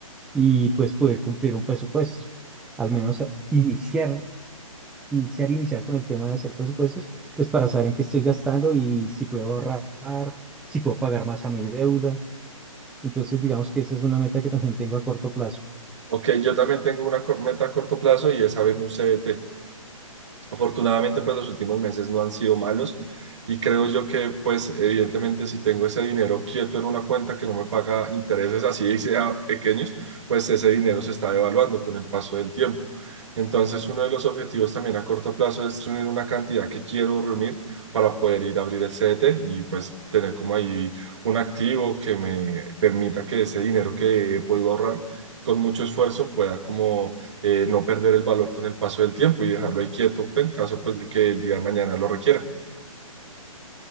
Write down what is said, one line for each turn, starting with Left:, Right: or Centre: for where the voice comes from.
Centre: y pues poder cumplir un presupuesto. Al menos a- iniciar, iniciar, iniciar con el tema de hacer presupuestos, pues para saber en qué estoy gastando y si puedo ahorrar, si puedo pagar más a mi deuda. Entonces digamos que esa es una meta que también tengo a corto plazo.
Right: Ok, yo también tengo una cor- meta a corto plazo y es abrir un CBT. Afortunadamente, pues los últimos meses no han sido malos y creo yo que, pues evidentemente, si tengo ese dinero quieto en una cuenta que no me paga intereses así y sea pequeños, pues ese dinero se está devaluando con el paso del tiempo. Entonces, uno de los objetivos también a corto plazo es reunir una cantidad que quiero reunir para poder ir a abrir el CDT y pues tener como ahí un activo que me permita que ese dinero que he podido ahorrar con mucho esfuerzo pueda como eh, no perder el valor con el paso del tiempo y dejarlo ahí quieto en caso pues, de que el día de mañana lo requiera.